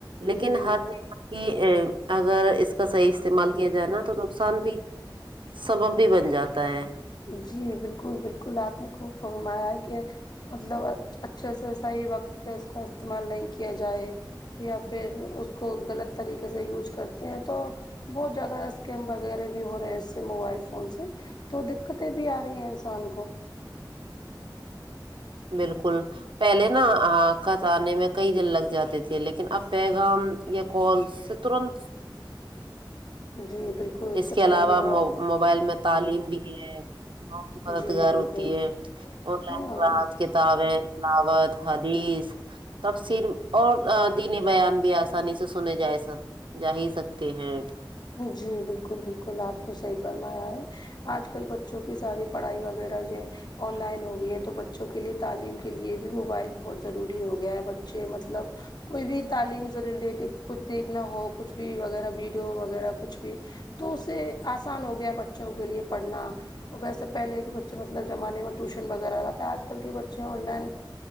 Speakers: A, on the right; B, on the left.
A: لیکن
B: جی
A: ہر نعمت کی اگر اس کا صحیح استعمال کیے جائے نا تو نقصان بھی سبب بھی بن جاتا ہے
B: جی بالکل بالکل آپ نے خوب فرمایا کہ مطلب اچھے سے صحیح وقت پے اس کا استعمال نہیں کیا جائے یا پھر اس کو غلط طریقے سے یوز کرتے ہیں تو بہت زیادہ اسکیم وغیرہ بھی ہو رہے ہیں اس سے موبائل فون سے تو دقتیں بھی آ رہی ہیں انسان کو
A: بالکل پہلے نا آ خط آنے میں کئی دن لگ جاتے تھے لیکن اب پیغام یا کالس ترنت
B: جی بالکل
A: اس
B: سچ
A: کے علاوہ
B: کہہ رہے ہو آپ
A: موبائل میں تعلیم بھی ہے بہت مددگار
B: جی بالکل
A: ہوتی ہے اور آن لائن
B: ہاں
A: کلاس کتابیں دعوت حدیث تفسر اور دینی بیان بھی آسانی سے سنے جائے سر جا ہی سکتے ہیں
B: جی بالکل بالکل آپ نے صحیح فرمایا ہے آج کل بچوں کی ساری پڑھائی وغیرہ جو آن لائن ہو گئی ہے تو بچوں کے لیے تعلیم کے لیے بھی موبائل بہت ضروری ہو گیا ہے بچے مطلب کوئی بھی تعلیم سے ریلیٹڈ کچھ دیکھنا ہو کچھ بھی وغیرہ ویڈیو وغیرہ کچھ بھی تو اسے آسان ہو گیا بچوں کے لیے پڑھنا اور ویسے پہلے کے بچے مطلب زمانے میں ٹیوشن وغیرہ لاتے ہے آج کل کے بچے آن لائن